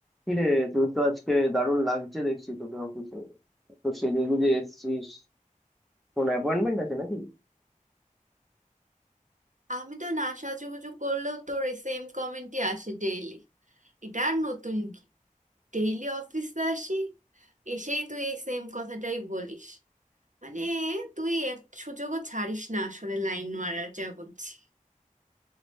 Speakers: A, in the centre; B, on the right.
A: কিরে তুই তো আজকে দারুণ লাগছে দেখছি তোকে অফিসে তো সেজে গুজে এসেছিস কোন অ্যাপয়েন্টমেন্ট আছে নাকি
B: আমি তো না সাজুগুজু করলেও তোর এই সেম কমেন্টই আসে ডেইলি এটা আর নতুন কি ডেইলি অফিসে আসি এসেই তুই এই সেম কথাটাই বলিস মানে তুই এক সুযোগও ছাড়িস না আসলে লাইন মারার যা বুঝছি